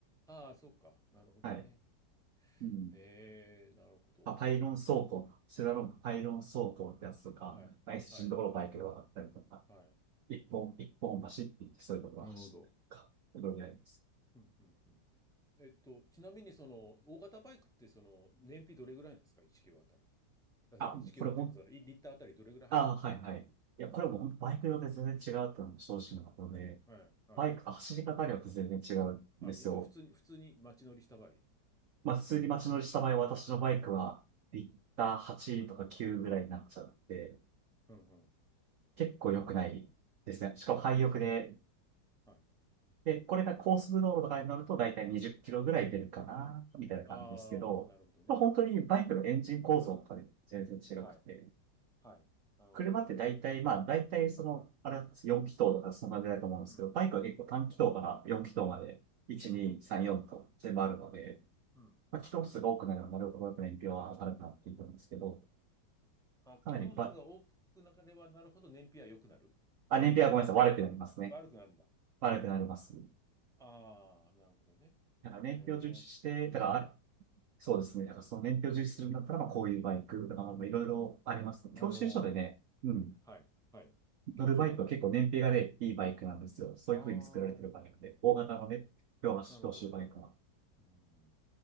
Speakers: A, in the centre; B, on the right.
A: ああ、そうか。なるほどね。
B: はい。うん。
A: えー、なるほど。
B: パパイロン走行、スラロームパイロン走行ってやつとか、
A: はい。
B: まあ、SG
A: はい。
B: のところをバイクで渡ったりとか、
A: はい。
B: 一本、一本走っていってそういうところを走ったりとか、
A: なるほど。
B: いろいろやります。
A: うんうんうん。えっと、ちなみにその、大型バイクってその、燃費どれぐらいなんですか ?1 キロあたり。あそう、
B: あ、もうこれ本当
A: 1キロっていうか、その、いリッターあたりどれぐらい走るんですか
B: ああ、はいはい。いや、これも本当バイクによって全然違うっていうのも正直なとことで、
A: はい、はい。
B: バイク、走り方によって全然違うんですよ。
A: あ、いや普通に、普通に街乗りした場合。
B: まあ、普通に街乗りした場合、私のバイクは、リッター8とか9ぐらいになっちゃって、
A: うんうん。
B: 結構良くないですね。
A: なるほど。
B: しかも廃屋で、
A: それもは、はい。
B: で、これが高速道路とかに乗ると、だいたい20キロぐらい出るかな、みたいな感じですけど、
A: ああ、なるほどね。
B: まあ、本当にバイクのエンジン構造とかで全然違くて、
A: はい。はい。なるほど。
B: 車って大体、まあ、大体その、あれ、4気筒とかそんな感じだと思うんですけど、
A: うん。
B: バイクは結構短気筒から4気筒まで、
A: うん。
B: 1、
A: うん。
B: 2、3、4と全部あるので、
A: うん。うん。
B: まあ、気筒数が多くなればなるほどやっぱ燃費は上がるかなっていうんですけど、
A: あ、
B: かなりば、
A: 気筒数が大きくなければなるほど燃費は良くなる
B: あ、燃費はごめんなさい、
A: 上がる
B: 悪くなりますね。
A: 悪くなるんだ。
B: 悪くなります。
A: ああ、なるほどね。
B: だから燃費を重視して、
A: ええ。
B: だからあ、そうですね。だからその燃費を重視するんだったら、まあ、こういうバイクとか、まあ、
A: うん。
B: いろいろあります。教習所でね、
A: あの
B: うん。
A: ーうん。はい。はい。
B: 乗るバイクは結構燃費がね、
A: 挙手で
B: いいバイクなんですよ。そういう風に作られてるバイクで、
A: ああー、
B: 大型のね、両足、
A: なるほど。
B: 教習バイクは。
A: うん